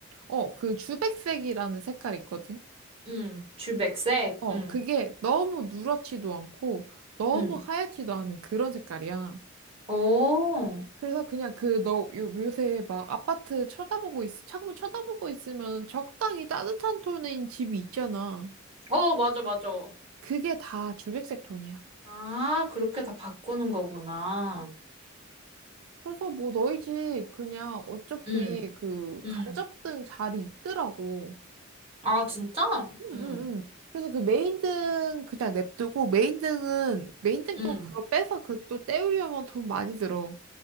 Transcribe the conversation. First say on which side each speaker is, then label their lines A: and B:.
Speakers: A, on the right; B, on the right.
A: 어, 그 주백색이라는 색깔 있거든?
B: 응, 주백색,
A: 어,
B: 응,
A: 그게 너무 누렇지도 않고 너무
B: 응.
A: 하얗지도 않은 그런 색깔이야.
B: 오,
A: 그래서 그냥 그 너 요새 막 아파트 쳐다보고 있, 창문 쳐다보고 있으면 적당히 따뜻한 톤인 집이 있잖아.
B: 어, 맞아, 맞아.
A: 그게 다 주백색 톤이야.
B: 아, 그렇게 다 바꾸는 거구나.
A: 그래서 뭐 너희 집 그냥 어차피
B: 응,
A: 그
B: 응.
A: 간접등 자리 있더라고.
B: 아, 진짜?
A: 응응응.
B: 응,
A: 그래서 그 메인등 그냥 냅두고 메인등은 메인등
B: 응.
A: 또 그거 빼서 그 또 떼우려면 돈 많이 들어.